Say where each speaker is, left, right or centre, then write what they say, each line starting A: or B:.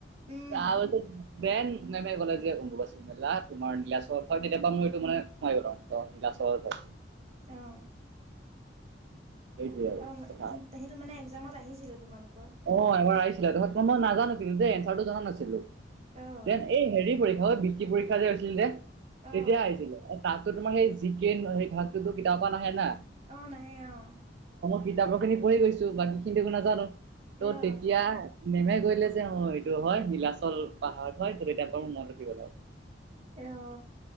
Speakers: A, on the right (about 35°); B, on the right (about 65°).
A: উম
B: ত ব্ৰেন নেমে গল যে ব মেলা তোমাৰ নীলাচলত হয় তেতিয়াপা মই এইটো মানে সোমাই গ'ল আওঁ নীলাচলত হয়।
A: অ',
B: সেইটোৱে আৰু
A: অ'
B: কথা।
A: সেইটো মানে একজামত আহিছিলে তোমালোক
B: অ' এবাৰ আহিছিলে তাৰপিচত মই নাজানো কিন্তু দেই এঞ্চাৰটো জনা নাছিলো
A: অ
B: দেন এই হেৰি পৰীক্ষ হয় বৃত্তি পৰীক্ষা যে হৈছিল নে।
A: অ
B: তেতিয়া আহিছিলে তাততো তোমাৰ সেই জিকে সেই ভাগটোতো কিতাপৰ পৰা নাহে না।
A: অ' নাহে অ'
B: কিতাপৰ খিনি পঢ়ি গৈছো বাকী খিনি একো নাজানো ত'
A: অ
B: তেতিয়া। নেমে কৰিলে যে অ, এইটো হয় গিলাচ। <unintelligible> পাহাৰ হয় ত' তেতিয়াৰ পৰা মোৰ মনত ৰখি গ'ল আৰু।
A: অ